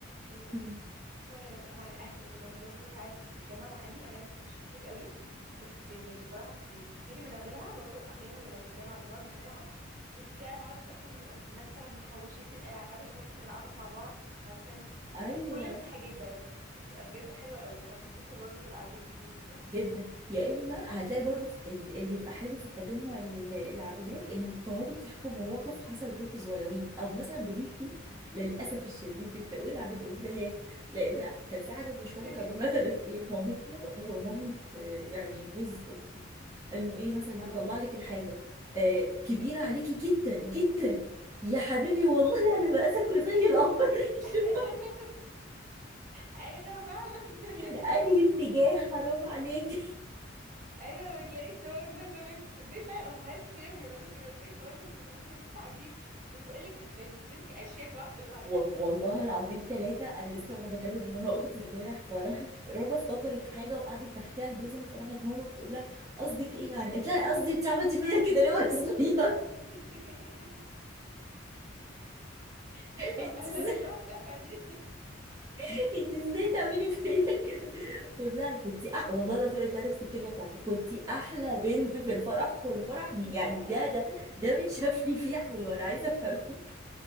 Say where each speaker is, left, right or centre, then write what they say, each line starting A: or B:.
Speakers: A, on the right; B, on the right.
A: اللي بتفصل
B: <laughs>
A: خصوصا لما بتبقى مع الاهل وكده انا برضو ساعات بتجمع مع اهلي انا مش كتير قوي بس يعني بصراحه يعني كتير بنعملها برضو احيانا لما بنتجمع بنقعد نلعب بصي بقى نقعد اصلا بنبقى مثلا محوشين الالعاب اللي ممكن نلعبها مع بعض عارفه انتي
B: ايوه
A: كل الحاجات بقى فبتبقى بجد حلوه قوي انا بتبسط برضو بالاعداد دي جدا
B: جدا يا اما هتلاقي برضو في ال- اللي يبقى حلو في التجمع ال- العائلات ان تقعدوا تحكوا مواقف حصلت وانتوا صغيرين او مثلا بنحكي
A: مم.
B: للاسف الشديد بدي اقول عن الامهات لان كان في حاجه مشتركه
A: <laughs>
B: بين مثلا ايه مامتنا ومامه آه، يعني جوز اختي انه ايه مثلا
A: اه
B: تطلع لك الحاجه آه كبيره عليكي جدا جدا يا حبيبي والله
A: أيوة.
B: على مقاسك وزي القمر <laughs>
A: <laughs>
B: شوف
A: ايوه فعلا <laughs>
B: من انهي اتجاه حرام عليك
A: ايوه وتلاقي صورنا زمان تصدقي فعلا امهات كتير بيعملوا كده وتلاقي صورنا زمان بلبس عجيب وتقولك ده انت كنتي اشيك واحده ساعتها
B: و- والله العظيم ثلاثة أنا لسه وأنا بكلم رنا أختي امبارح فراحت رنا افتكرت حاجة وقعدت تحكيها لجوزها فراحت ماما بتقول لها قصدك إيه يعني؟ قلت لها قصدي أنت عملتي فيا كده ليه وأنا صغير؟ <laughs>
A: <laughs> ينفع
B: أنت
A: البهدله
B: إزاي
A: اللي الواحد شافها دي
B: أنت إزاي تعملي
A: <laughs>
B: فيا كده؟ بتقول لها كنت أح... والله العظيم قالت لها نفس الكلمة بتاعتك كنت أحلى بنت في الفرح والفرح مي... يعني
A: ايوه
B: ده ده ده متشاف لي فيه حلو أنا عايزة أفهمك